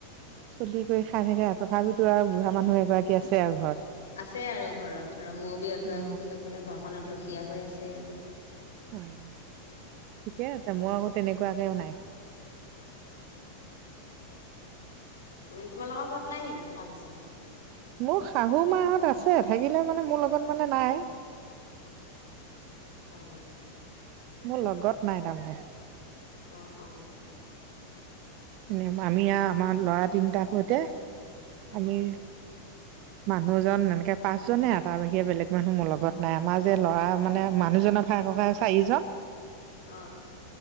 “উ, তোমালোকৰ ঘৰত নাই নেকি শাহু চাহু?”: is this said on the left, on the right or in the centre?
Left